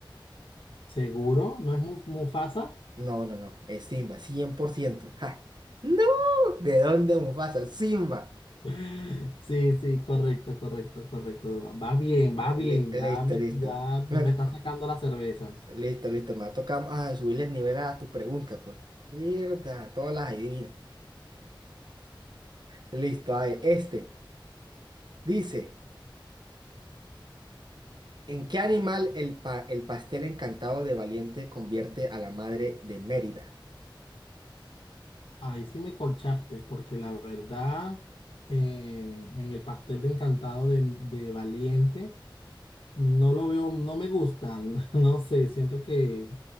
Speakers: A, on the left; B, on the right.
A: ¿Seguro? ¿No es Mu- Mufasa?
B: No, no, no, es Simba, 100%. ¡Ja! ¡No! ¿De dónde Mufasa? Simba.
A: <laughs> Sí, sí, correcto, correcto, correcto, Duván. Vas bien,
B: Eh,
A: va bien.
B: Li- listo,
A: Ya me,
B: listo.
A: ya
B: Me-
A: me está sacando las cervezas.
B: listo, listo, me va a tocar ah, subirle el nivel a tus preguntas porque, mierda, todas las adivinas. Listo, ahí, este. Dice, ¿en qué animal el, pa- el pastel encantado de Valiente convierte a la madre de Mérida?
A: Ahí sí me colchaste, porque la verdad, eh, en el pastel de encantado de, de Valiente, no lo veo, no me gusta, <laughs> no sé, siento que